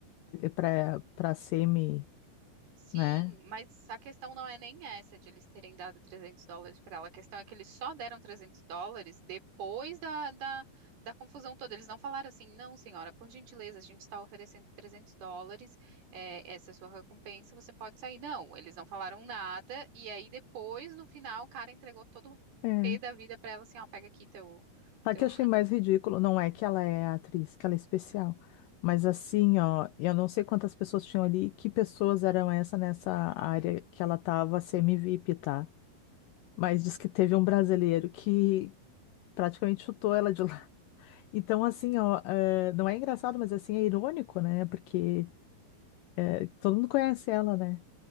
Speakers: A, on the left; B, on the right.
A: para para semi,
B: sim,
A: né?
B: mas a questão não é nem essa de eles terem dado 300 dólares para ela, a questão é que eles só deram 300 dólares depois da, da, da confusão toda, eles não falaram assim, não, senhora, por gentileza, a gente está oferecendo 300 dólares, é, essa é a sua recompensa, você pode sair, não, eles não falaram nada, e aí depois, no final, o cara entregou todo o
A: É. É.
B: pé da vida para ela, assim, ó, pega aqui teu,
A: Sabe
B: teu
A: que eu achei mais ridículo? Não é que ela é atriz, que ela é especial. Mas assim, ó, eu não sei quantas pessoas tinham ali, que pessoas eram essa nessa área que ela tava semi-VIP, tá? Mas diz que teve um brasileiro que praticamente chutou ela de lá. <laughs> Então, assim, ó, eh, não é engraçado, mas assim, é irônico, né? Porque eh, todo mundo conhece ela, né?